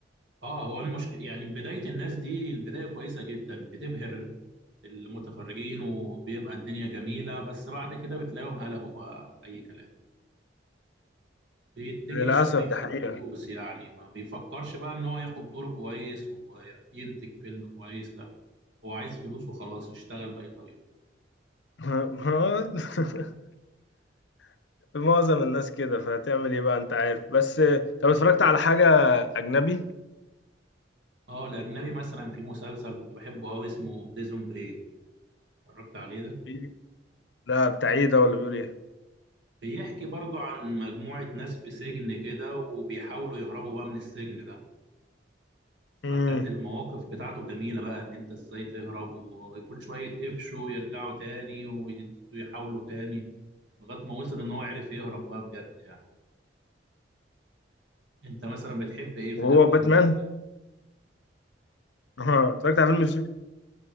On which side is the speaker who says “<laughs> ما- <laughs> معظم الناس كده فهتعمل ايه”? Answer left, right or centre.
Left